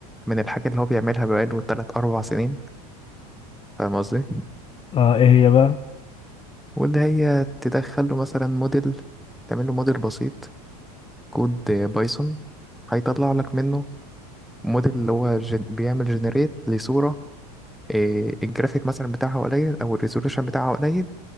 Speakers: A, in the centre; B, on the left.
A: من الحاجة اللي هو بيعملها بقاله تلات أربع سنين فاهم قصدي؟
B: اه ايه هي بقى
A: واللي هي تدخله مثلا موديل تعمل له موديل بسيط كود بايثون هيطلع لك منه موديل اللي هو جن... بيعمل جنريت لصورة إيه، الجرافيك مثلا بتاعها قليل او الريزولوشن بتاعها قليل